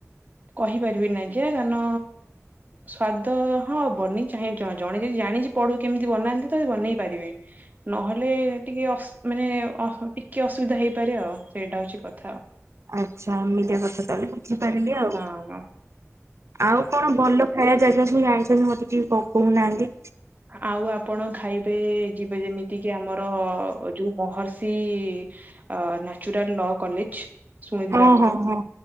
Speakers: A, on the right; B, on the right.
A: କହିପାରିବିନି ଆଜ୍ଞା କାନ ସ୍ଵାଦ ହଁ ବନେଇ ଚାହେଁ ଜ-ଜଣେ ଯଦି ଜାଣିଚି ପଡୁ କେମିତି ବନାନ୍ତି ତ ସେ ବନେଇ ପାରିବେ। ନହେଲେ ଟିକେ ଅସ୍ ମାନେ ଅସ ଟିକେ ଅସୁବିଧା ହେଇପାରେ ଆଉ ସେଇଟା ହଉଛି କଥା।
B: ଆଚ୍ଛା, ଏମିତିଆ କଥା ତାହେଲେ, ବୁଝିପାରିଲି ଆଉ।
A: ହଁ
B: ଆଉ କଣ ଭଲ ଖାଇବା ଜାଗା ସବୁ ଯାଣିଛନ୍ତି ମୋତେ ଟିକେ କ- କହୁନାହାନ୍ତି?
A: ଆଉ ଆପଣ ଖାଇବେ ଯିବେ ଯେମିତି କିି ଆମର ଯୋଉ ମହର୍ଷି ଅ, ନେଚୁରାଲ୍ ଲ କଲେଜ୍ ଶୁଣିଥିବେ
B: ହଁ
A: ଆପଣ
B: ହଁ ହଁ